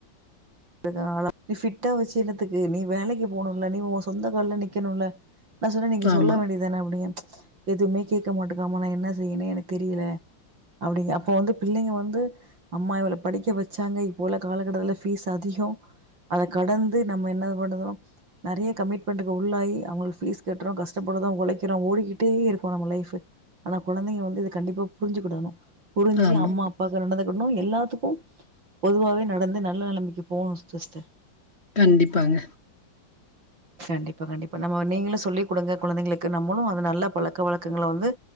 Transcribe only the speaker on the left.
ஆமா,
ஆமா.
கண்டிப்பாங்க